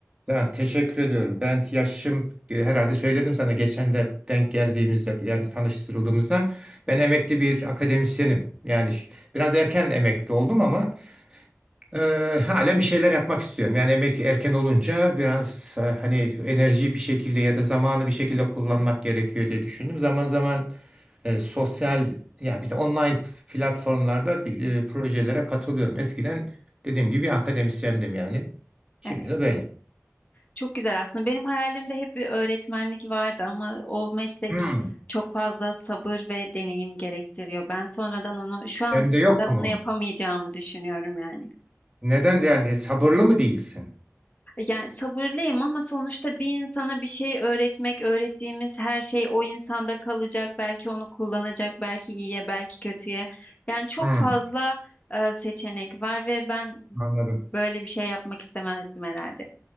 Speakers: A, on the right; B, on the left.
A: Ya, teşekkür ediyorum. Ben yaşım e, herhalde söyledim sana geçen de denk geldiğimizde yani tanıştırıldığımızda ben emekli bir akademisyenim. Yani ş- biraz erken emekli oldum ama Eee, halen bir şeyler yapmak istiyorum. Yani emekli erken olunca biraz e, hani enerjiyi bir şekilde ya da zamanı bir şekilde kullanmak gerekiyor diye düşündüm. Zaman zaman e, sosyal yani bir de online platformlarda bir, e, projelere katılıyorum. Eskiden dediğim gibi akademisyendim yani. Şimdi
B: Evet.
A: de böyle.
B: Çok güzel aslında. Benim hayalimde hep bir öğretmenlik vardı ama o meslek
A: Hmm.
B: çok fazla sabır ve deneyim gerektiriyor. Ben sonradan onu şu anda
A: Sende yok mu?
B: onu yapamayacağımı düşünüyorum yani.
A: Neden de yani sabırlı mı değilsin?
B: Yani sabırlıyım ama sonuçta bir insana bir şey öğretmek, öğrettiğimiz her şey o insanda kalacak. Belki onu kullanacak, belki iyiye, belki kötüye. Yani çok
A: Hmm,
B: fazla e, seçenek var ve ben
A: anladım.
B: böyle bir şey yapmak istemezdim herhalde.